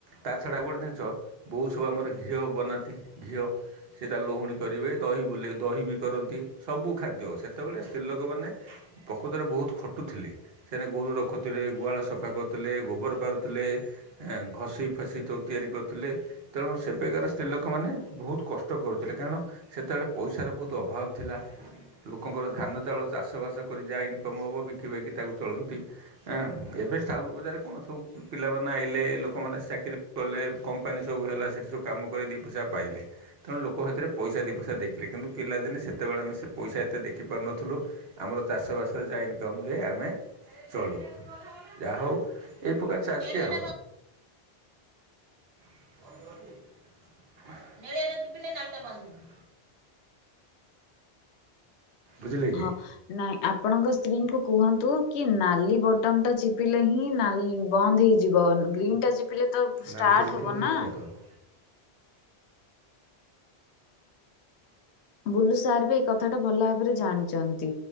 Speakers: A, on the right; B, on the left.
A: ତା ଛଡ଼ା ଆଉ ଗୋଟେ ଜିନିଷ ବୋଉ ସବୁ ଆମର ଘିଅ ବନାନ୍ତି ଘିଅ ସେ ତା ଲହୁଣୀ କରିବେ ଦହି ବୁଲେ ଦହି ବି କରନ୍ତି ସବୁ ଖାଦ୍ୟ ସେତେବେଳେ ସ୍ତ୍ରୀଲୋକମାନେ ପ୍ରକୁତରେ ବୋହୁତ୍ ଖଟୁଥିଲେ ସେମାନେ ଗୋରୁ ରଖୁଥିଲେ। ଗୁହାଳ ସଫା କରୁଥୁଲେ, ଗୋବର ପାରୁଥୁଲେ, ଏଁ ଘଷିଫସି ତ ତିଆରି କରୁଥୁଲେ। ତେଣୁ ସେବେକାର ସ୍ତ୍ରୀ ଲୋକମାନେ ବୋହୁତ୍ କଷ୍ଟ କରୁଥୁଲେ କାରଣ ସେତେବେଳେ ପଇସାର ବୋହୁତ ଅଭାବ ଥିଲା। ଲୋକଙ୍କର ଧାନ ଚାଉଳ ଚାଷବାସ କରି ଯାହା ଇନକମ୍ ହବ ବିକିବାକି ତାକୁ ଚଳନ୍ତି। ହଁ ଏବେ ଟାଉନ ବଜାରରେ କଣ ସବୁ ପିଲାମାନେ ଆଇଲେ ଲୋକମାନେ ଚାକିରି କଲେ କମ୍ପାନୀ ସବୁ ହେଲା ସେଇଠି ସବୁ କାମ କରି ଦିଇ ପଇସା ପାଇଲେ। ତେଣୁ ଲୋକ ହେଥିରେ ପଇସା ଦିଇ ପଇସା ଦେଖିଲେ କିନ୍ତୁ ପିଲାଦିନେ ସେତେବେଳେ ଆମେ ସେ ପଇସା ଏତେ ଦେଖି ପାରୁନଥିଲୁ। ଆମର ଚାଷବାସରେ ଯାହା ଇନ୍ କମ୍ ହୁଏ ଆମେ ଚଳୁ ଯାହୋଉ ଏ ପ୍ରକାର ଚାଲଚି ଆଉ। ବାନ୍ଧିବ <unintelligible> ବୁଝିଲେ? କି
B: ହଁ। ନାଇଁ ଆପଣଙ୍କ ସ୍ତ୍ରୀଙ୍କୁ କୁହନ୍ତୁ କି ନାଲି ବଟନଟା ଚିପିଲେ ହିଁ ନାଲ ବନ୍ଦ ହେଇଯି ଯିବ ଗ୍ରୀନଟା ଚିପିଲେ ତ ଷ୍ଟାର୍ଟ
A: ନାଲି ବଟନ
B: ହବନା।
A: ସେଠି ବନ୍ଦ ହେବ
B: ବୁଲୁ ସାର୍ ବି ଏଇ କଥାଟା ଭଲ ଭାବରେ ଜାଣିଚନ୍ତି।